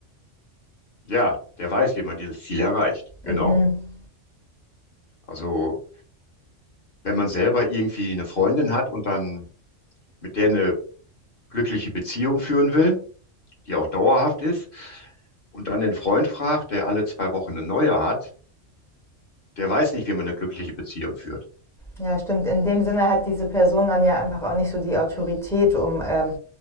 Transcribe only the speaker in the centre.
Mhm.
Ja, stimmt. In dem Sinne hat diese Person dann ja einfach auch nicht so die Autorität, um ähm,